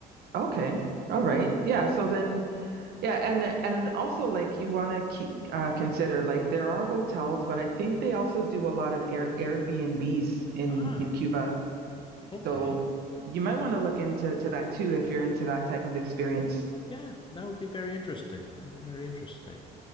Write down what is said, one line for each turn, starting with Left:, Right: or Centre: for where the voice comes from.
Right: Okay. All right. Yeah. So then, yeah, and and also like you want to keep uh, consider like there are hotels, but I think they also do a lot of Air Airbnbs in
Left: Ah,
Right: in Cuba.
Left: okay.
Right: So you might want to look into to that too if you're into that type of experience.
Left: Yeah, that would be very interesting. That would be very interesting.